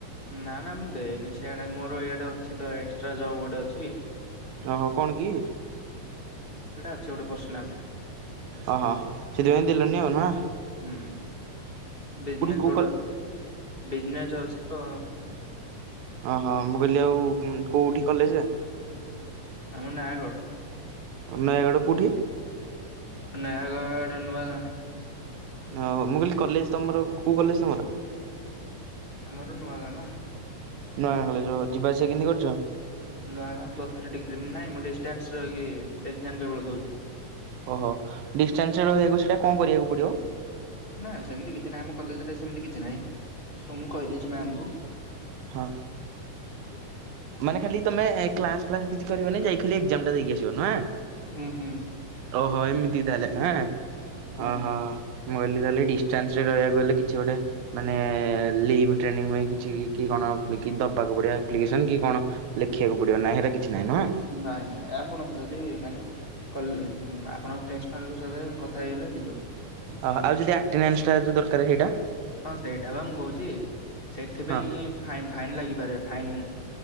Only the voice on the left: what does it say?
ନାଁ ନାଁ ମୁଁ ଦେଇନି ସିଆଡେ, ମୋର ଇଆଡେ ଅଛି ତ ଏକ୍ସଟ୍ରା ଜବ୍ ଗୋଟେ ଅଛି।
ସେଇଟା ଅଛି ଗୋଟେ ପର୍ସନାଲଟେ।
ହୁଁ ବିଜନେସ୍
ଗୋଟେ
ଅଛି। ବିଜନେସ୍ ଅଛିତ
ଆମ ନୟାଗଡ଼
ନୟାଗଡ଼ ନୂଆ ଗାଁ।
ଆମର ନୂଆ ଗାଁ ମା।
Nuagaon plus three degree. ନାହିଁ ମୁଁ ଡିଷ୍ଟାନ୍ସ ରହିକି ଏକ୍ଜାମ୍ କେବେଳ ଦଉଛି।
ନା ସେମିତି କିଛି ନାହିଁ, ଆମ କଲେଜରେ ସେମତି କିଛି ନାହିଁ। ସୋ ମୁଁ କହିଦେଇଚି ମ୍ୟାମ୍ ଙ୍କୁ।
ହୁଁ <unintelligible>
ହୁଁ ହୁଁ।
ହୁଁ
ନାଇଁ ନାଇଁ ଆପଣ ଯଦି ମାନେ କଲ୍ ଆପଣଙ୍କ ପ୍ରିନ୍ସ ନାଲୁ ସାଙ୍ଗେରେ ମୁଁ କଥା ହେଇଗଲେ ହେଇଯିବ।
ହଁ ସେଇଟା ବା ମୁଁ କହୁଚି। ସେଥିପାଇଁ
ଫାଇନ୍ ଫାଇନ୍ ଲାଗିପାରେ ଫାଇନ୍।